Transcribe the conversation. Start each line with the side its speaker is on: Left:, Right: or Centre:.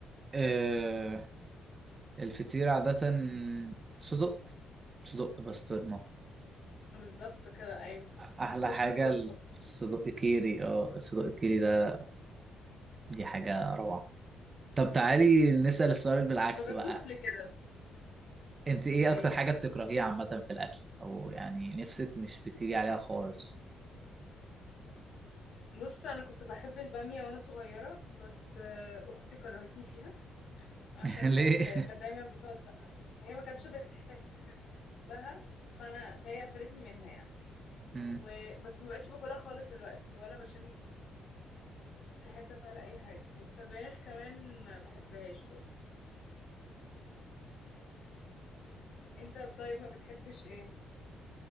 Right: آه... الفطير عادة صدق صدق بسطرمة
Left: بالظبط كده ايوه ما
Right: احلى
Left: فيهوش
Right: حاجة
Left: نقاش اصلا
Right: الصدق كيري اه الصدق كيري ده دي حاجة روعة طب تعالي نسأل السؤال بالعكس
Left: ما جربتوش
Right: بقى
Left: قبل كده
Right: انت ايه
Left: ايه
Right: اكتر حاجة بتكرهيها عامة في الاكل او يعني نفسك مش بتيجي عليها خالص
Left: بص انا كنت بحب الباميه وانا صغيره بس آه، اختي كرهتني فيها عشان
Right: <laughs> ليه
Left: كانت كانت دايما بتقعد بقى، هي ما كانتش بتحب بحبها فانا فهي قفلتني منها يعني
Right: <laughs>
Left: وبس ما بقتش باكلها خالص دلوقتي ولا بشم ريحتها ولا اي حاجه والسبانخ كمان ما بحبهاش برضه انت طيب ما بتحبش ايه